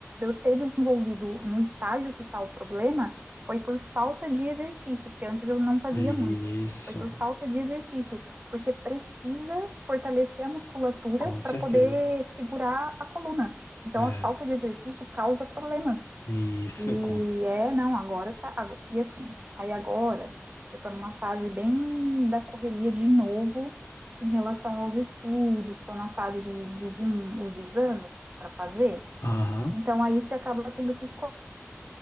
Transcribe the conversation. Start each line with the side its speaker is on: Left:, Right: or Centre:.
Right: eu ter desenvolvido no estágio que está o problema foi por falta de exercício, porque antes eu não fazia
Left: Isso,
Right: muito. Foi por falta de exercício, porque precisa fortalecer a musculatura
Left: com certeza.
Right: para poder segurar a coluna. Então,
Left: É.
Right: a falta de exercício causa problemas.
Left: Isso,
Right: E
Left: com.
Right: é, não, agora tá. E assim, aí agora eu tô numa fase bem da correria de novo em relação aos estudos, tô na fase de, de vir os exames para fazer.
Left: Aham.
Right: Então aí você acaba tendo que escolher,